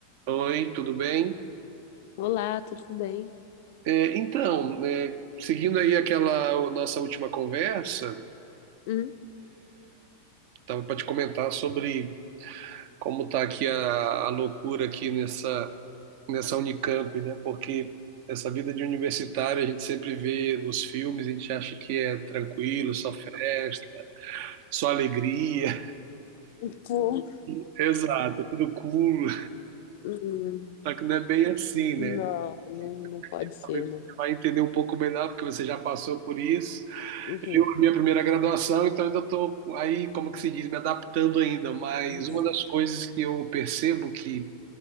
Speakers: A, on the right; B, on the left.
A: Oi, tudo bem?
B: Olá, tudo bem?
A: É, então, é, seguindo aí aquela nossa última conversa,
B: Hum?
A: estava para te comentar sobre como está aqui a, a loucura aqui nessa, nessa Unicamp, né? Porque essa vida de universitário a gente sempre vê nos filmes, a gente acha que é tranquilo, só festa, só alegria.
B: Pô,
A: <laughs> Exato, tudo cool.
B: Hum,
A: Só que não é bem assim, né?
B: não, não,
A: E
B: não pode ser,
A: Talvez você
B: né?
A: vai entender um pouco melhor, porque você já passou por isso.
B: Uhum,
A: Eu, a minha primeira graduação, então ainda estou aí, como que se diz, me adaptando ainda, mas
B: uhum,
A: uma das coisas que eu percebo que